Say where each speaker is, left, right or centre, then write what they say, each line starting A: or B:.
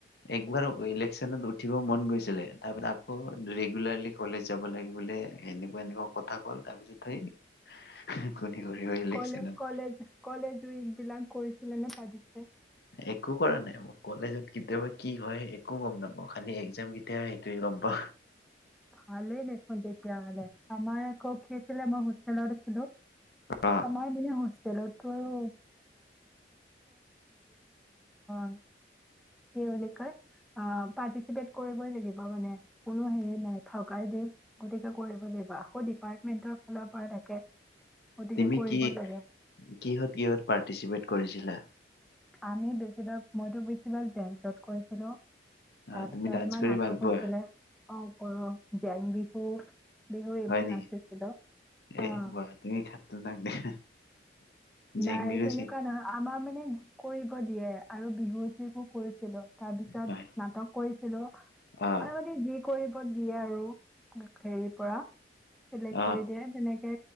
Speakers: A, on the left; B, in the centre.
A: একবাৰ ইলেক্সনত উঠিব মন গৈছিলে। তাৰমানে আকৌ, ৰেগুলাৰলি কলেজ যাব লাগে বোলে, এনেকুৱা এনেকুৱা কথা ক'লে তাৰ পিছত সেই কোনে কৰিব ইলেকচনত
B: কলেজ, কলেজ, কলেজৱিক বিলাক কৰিছিলে নে? পাৰ্টিচিপেট,
A: একো কৰা নাই। কলেজত কেতিয়াবা কি হয়, একো গম নাপাওঁ। খালি এক্সাম কেতিয়া হয়, সেইটোহে গম পাওঁ।
B: ভালেই দেখোন তেতিয়াহ'লে। আমাৰ আকৌ কি হৈছিলে, মই হোষ্টেলত আছিলোঁ।
A: অ
B: আমাৰ মানে হোষ্ট তেলতো আৰু, <unintelligible> কি বুলি কয়, পাৰ্টিচিপেট কৰিবই লাগিব মানে, কোনো হেৰি নাই, ‌ <unintelligible> দিয়ে, গতিকে কৰিব লাগিব, আকৌ ডিপাৰ্টমেন্টৰ ফালৰ পৰা থাকে গতিকে
A: তুমি
B: কৰিবই
A: কি,
B: লাগে
A: কিহঁত কিহঁত পাৰ্টিচিপেট কৰিছিলা?
B: আমি বেছিভাগ, মইতো বেছিভাগ, গেমছত কৰিছিলোঁ।
A: আহ
B: তাৰপিছত
A: তুমি ডান্স
B: আমাৰ
A: কৰি
B: নাটক
A: ভাল পোৱা
B: হৈছিলে, অ কৰোঁ, জেং বিহু, বিহু এইবোৰ
A: হয় নেকি
B: নাচিছিলো,
A: এ
B: অ'হ
A: বা তুমি খাতৰনাক দেখা। জেং
B: নাই,
A: বিহু
B: তেনেকুৱা
A: চেং
B: নহয়, আমাৰ মানে কৰিব দিয়ে, আৰু বিহু যিবোৰ কৰিছিলো। তাৰ পিছত
A: হয়
B: নাটক কৰিছিলোঁ
A: অ
B: আৰু মানে যি কৰিব দিয়ে আৰু। হেৰিৰ পৰা, চিলেক্ট
A: অ
B: কৰি দিয়ে, তেনেকে